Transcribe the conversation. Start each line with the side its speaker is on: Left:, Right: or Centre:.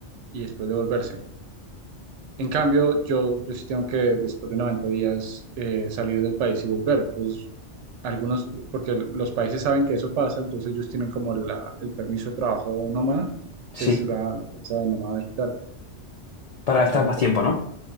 Right: y después devolverse. En cambio, yo, yo sí tengo que, después de 90 días, eh, salir del país y volver. Entonces, algunos, porque los países saben que eso pasa, entonces ellos tienen como la- el permiso de trabajo nómada,
Left: sí,
Right: que es la cosa de nómada digital.
Left: para estar
Right: Entonces,
Left: más tiempo, ¿no?